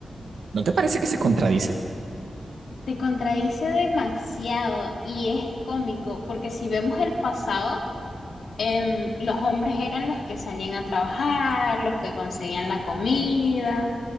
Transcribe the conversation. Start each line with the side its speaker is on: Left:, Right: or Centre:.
Right: ¿no te parece que se contradice?
Left: Se contradice demasiado y es cómico, porque si vemos el pasado, em, los hombres eran los que salían a trabajar, los que conseguían la comida,